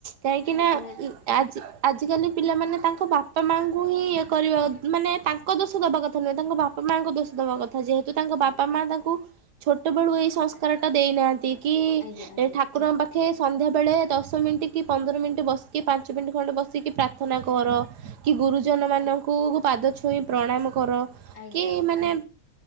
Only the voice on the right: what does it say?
କାହିଁକି ନା
ଆଜି ଆଜିକାଲି ପିଲାମାନେ ତାଙ୍କ ବାପା ମାଙ୍କୁ ହିଁ ଇଏ କରିବା ମାନେ ତାଙ୍କ ଦୋଷ ଦବା କଥା ଥା ନୁହେଁ, ତାଙ୍କ ବାପା ମାଆଙ୍କୁ ଦୋଷ ଦବା କଥା। ଯେହେତୁ ତାଙ୍କ ବାପା
ମା ତାଙ୍କୁ ଛୋଟବେଳୁ ଏଇ ସଂସ୍କାରଟା ଦେଇନାହାଁନ୍ତି କି
ଠାକୁରଙ୍କ ପାଖେ ସନ୍ଧ୍ୟାବେଳେ ଦଶ ମିିଣ୍ଟି କି ପନ୍ଦର ମିିଣ୍ଟି ବସିକି ପାଞ୍ଚ ମିିଣ୍ଟି ଖଣ୍ଡେ ବସିକି ପ୍ରାର୍ଥନା କର କି ଗୁରୁଜନ ମାନଙ୍କୁ ପାଦ ଛୁଇଁ ପ୍ରଣାମ କର,
କି ମାନେ